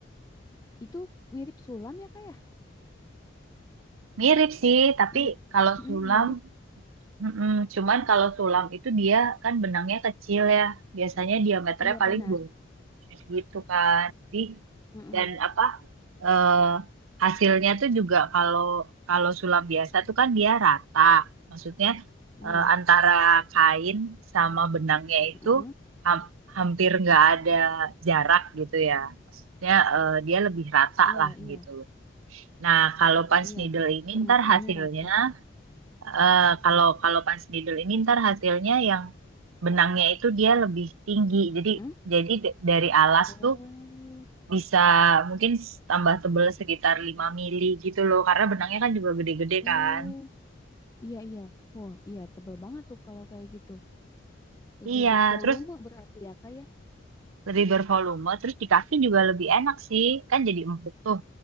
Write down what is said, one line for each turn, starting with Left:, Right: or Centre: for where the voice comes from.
Left: itu mirip sulam ya kak ya?
Right: Mirip sih, tapi
Left: Mirip,
Right: kalau
Left: Mm-mm,
Right: sulam,
Left: mirip.
Right: mm-mm, cuman kalau sulam itu dia kan benangnya kecil ya. Biasanya diameternya
Left: Iya
Right: paling
Left: benar.
Right: dua gitu kan di
Left: Mm-mm,
Right: dan apa eh, hasilnya tuh juga kalau kalau sulam biasa tuh kan dia rata maksudnya
Left: iya,
Right: eh, antara kain sama benangnya itu
Left: Mm-mm,
Right: ham- hampir nggak ada jarak gitu ya maksudnya eh, dia lebih rata
Left: iya,
Right: lah
Left: iya,
Right: gitu nah kalau punch
Left: iya.
Right: needle ini
Left: Permukaannya
Right: ntar hasilnya
Left: rata.
Right: eh, kalau kalau punch needle ini ntar hasilnya yang benangnya itu dia lebih tinggi jadi
Left: Mm-mm.
Right: jadi d- dari alas
Left: Oh,
Right: tuh bisa mungkin tambah tebel sekitar 5 mili gitu loh karena benangnya kan juga gede-gede
Left: oh,
Right: kan
Left: iya, iya. Wah, iya tebal banget tuh kalau kayak gitu. Lebih
Right: iya
Left: bervolume
Right: terus
Left: berarti ya kak ya?
Right: lebih bervolume terus di kaki juga lebih enak sih kan jadi empuk tuh